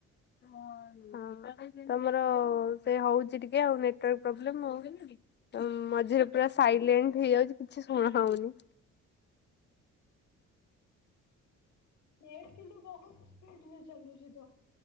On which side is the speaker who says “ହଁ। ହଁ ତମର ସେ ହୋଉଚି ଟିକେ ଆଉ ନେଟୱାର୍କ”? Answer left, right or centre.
Left